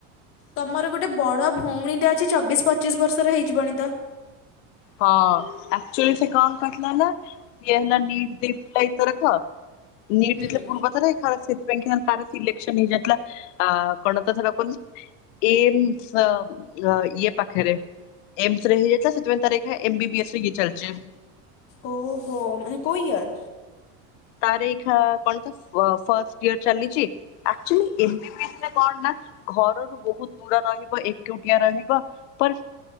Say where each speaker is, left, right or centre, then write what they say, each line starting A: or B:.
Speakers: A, on the left; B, on the left.
A: ତମର ଗୋଟେ ବଡ଼ ଭଉଣୀଟେ ଅଛି ଚବିଶ ପଚିଶ ବର୍ଷର ହେଇଯିବଣି ତ?
B: ହଁ ଆକ୍ଚୁଆଲି ସେ କଣ କରିିଥିଲା ନା ଇଏ ହେଲା ନିବ ଦେଇଥିଲା ଏଇଥରକ ନିଟ୍
A: ହୁଁ।
B: ଦେଇଥିଲା ପୂର୍ବ ଥର ଏଥର ସେଇଥିପାସେଇଥିପାଇଁ କା ତାର ସିଲେକ୍ସନ ହେଇଯାଇଥିଲା କଣତ ଧରାପଡୁନି। ଏମ ସ ଇଏ ପାଖରେ ଏମ୍ସ ରେ ହେଇଯାଇଥିଲା ସେଥିପାଇଁ ତାର ଏମବି ବିି ଏସ୍ ଇିଏ ଚାଲଚି
A: ଓହୋ ମାନେ କୋଉ ଇଅର?
B: ତାର ଏଇକ୍ଷିଣା କଣ ତ ଫାଷ୍ଟ ଇୟର ଚାଲିଛି ଆକ୍ଚୁଲି ଏମ ବି ବି ଏସରେ କଣନା ଘରରୁ ବହୁତ ଦୂର ରହିବ ଏକୁଟିଆ ରହିବ ପର